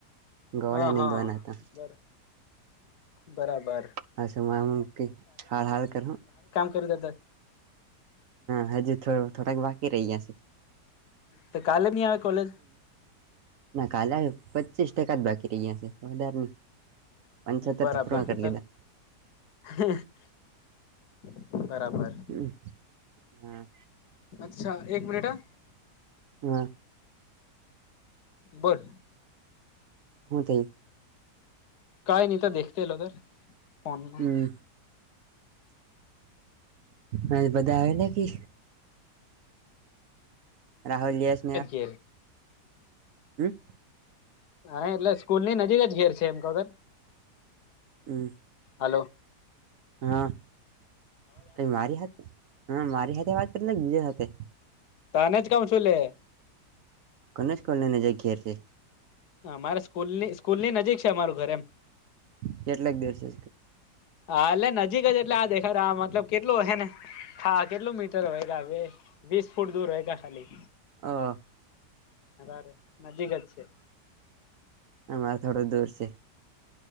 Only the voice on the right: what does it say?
ગાવળીયા
નીંદવાના
હતા.
આજ <unintelligible> કિક હાલ હાલ કર હો
હા હજી થો થોડાક બાકી રહીયા ગ્યા છે.
ના કાલે આયો પચીસ ટકા જ બાકી રહ્યા છે વધાર નઈ પંચતેર
થ પૂરા કર લીધા
હમ્મ હા.
હા.
હું થયું
હમ હાજ બધા આયા ન કિ. રાહુલ સ
હમ્મ.
હમ્મ.
હ કઈ મારી હા મારી હાથે વાત કર ને બીજા હાથે
ગણેશ કલેને જાય ઘર છે
કેટલાક દિવસે
હા
અમારે થોડું દૂર છે.